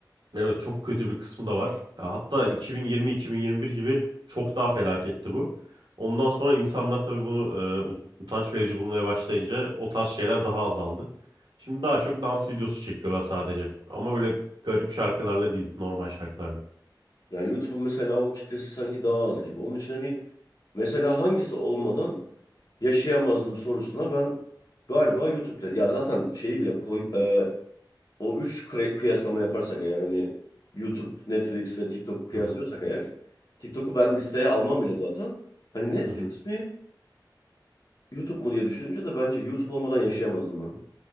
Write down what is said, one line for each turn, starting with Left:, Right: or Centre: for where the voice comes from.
Right: Evet çok kötü bir kısmı da var. Ya Hatta 2020-2021 gibi çok daha felaketti bu. Ondan sonra insanlar tabii bunu e, ut- utanç verici bulmaya başlayınca o tarz şeyler daha azaldı. Şimdi daha çok dans videosu çekiyorlar sadece. Ama öyle garip şarkılarla değil, normal şarkılarla.
Left: Yani YouTube'un mesela o kitlesi sanki daha az gibi. Onun için hani mesela hangisi olmadan yaşayamazdım sorusuna ben galiba YouTube'da. Ya zaten şeyi bile koy, e, o üç kre- kıyaslama yaparsak eğer hani YouTube, Netflix ve TikTok'u kıyaslıyorsak
Right: Hı hı,
Left: eğer TikTok'u ben listeye almam bile zaten. Hani Netflix
Right: hı hı.
Left: mi YouTube mu diye düşününce de bence YouTube olmadan yaşayamazdım ben.